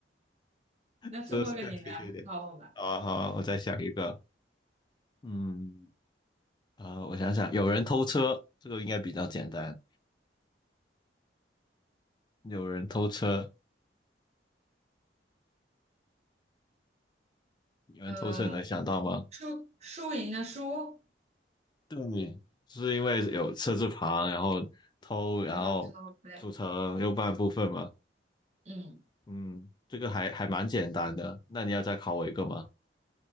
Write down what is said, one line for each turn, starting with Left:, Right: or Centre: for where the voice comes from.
Right: 那最后一个你来考我吧。
Left: 这个是更贴切一点。好啊，好啊我再想一个，嗯，啊、我想想，有人偷车，这个应该比较简单。有人偷车，你们偷车你能想到吗？
Right: 呃，输输赢的输，
Left: 对，是因为有车字旁，然后偷，然后组成右半部分嘛。
Right: 然后头对，嗯
Left: 嗯，这个还还蛮简单的。那你要再考我一个吗？